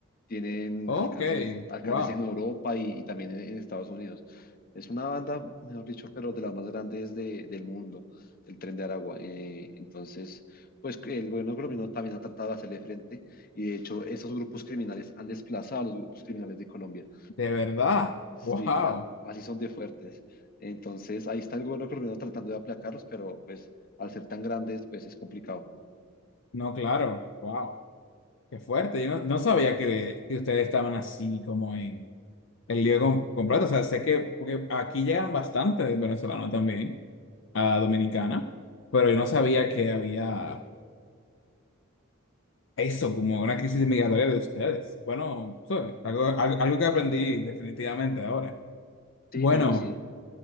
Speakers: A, on the left; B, on the left.
A: Tienen
B: Ok,
A: alcances, alcances
B: wow,
A: en Europa y, y también en, en Estados Unidos. Es una banda, mejor dicho, pero de las más grandes de- del mundo, el Tren de Aragua. Eh, entonces, pues que el gobierno colombiano también ha tratado de hacerle frente y de hecho esos grupos criminales han desplazado a los grupos criminales de Colombia.
B: de verdad,
A: Sí,
B: wow.
A: la- así son de fuertes. Entonces, ahí está el gobierno colombiano tratando de aplacarlos, pero pues al ser tan grandes, pues es complicado.
B: No, claro, wow, qué fuerte. Yo no, no sabía que, que ustedes estaban así como en el lío com- completo. O sea, sé que porque aquí llegan bastantes venezolanos también a Dominicana, pero yo no sabía que había. Eso, como una crisis migratoria de ustedes. Bueno, ¿sabes? Algo, al- algo que aprendí definitivamente ahora.
A: Sí,
B: Bueno,
A: no, sí.